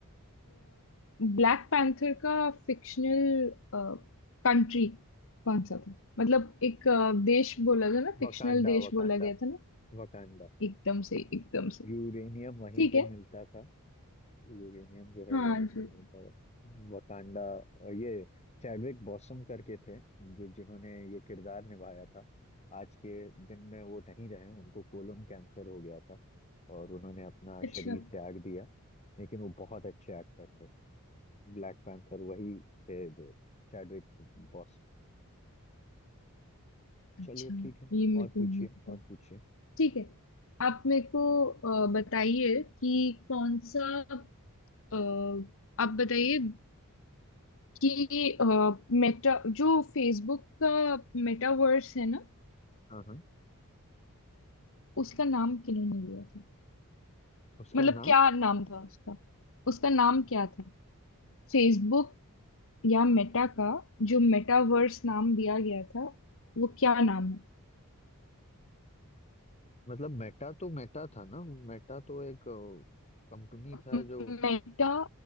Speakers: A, on the left; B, on the left.
A: ब्लैक पैंथर का फिक्शनल कंट्री कौन सा था मतलब एक अ, देश बोला था ना फिक्शनल
B: Wakanda
A: देश
B: Wakanda
A: बोला गया था ना
B: Wakanda
A: एकदम से एकदम से
B: यूरेनियम वहीं
A: ठीक
B: पे
A: है
B: मिलता था यूरेनियम जो है
A: हाँ
B: वहीं
A: जी
B: पे मिलता था वकांडा अ, ये चैडविक बॉसम करके थे जो जिन्होंने ये किरदार निभाया था आज के दिन में वो नहीं रहे उनको कोलन कैंसर हो गया था और उन्होंने अपना
A: अच्छा
B: शरीर त्याग दिया लेकिन वो बहुत अच्छे एक्टर थे ब्लैक पैंथर वही थे जो चैडविक बॉस
A: अच्छा
B: चलिए ठीक है
A: ये मेरे
B: और
A: को
B: पूछिए
A: नहीं पता
B: और पूछिए
A: ठीक है आप मेरे को अ, बताइए कि कौन सा अ, आप बताइए कि मेटा जो फेसबुक का मेटावर्स है ना
B: हाँ हाँ
A: उसका नाम किन्होंने लिया था
B: उसका
A: मतलब
B: नाम
A: क्या नाम था उसका उसका नाम क्या था फेसबुक या मेटा का जो मेटावर्स नाम दिया गया था वो क्या नाम है
B: मतलब मेटा तो मेटा था ना मेटा तो एक कंपनी था
A: मेटा
B: जो